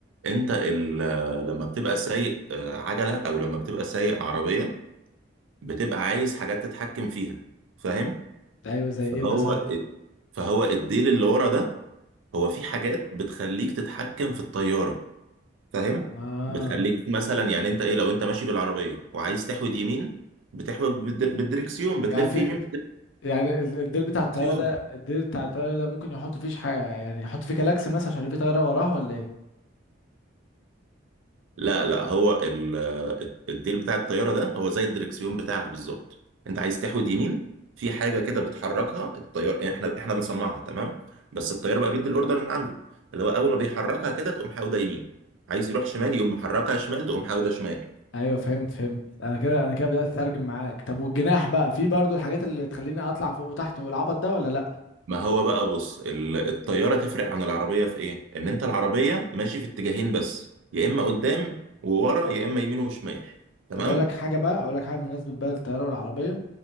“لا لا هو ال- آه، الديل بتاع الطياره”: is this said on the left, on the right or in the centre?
Right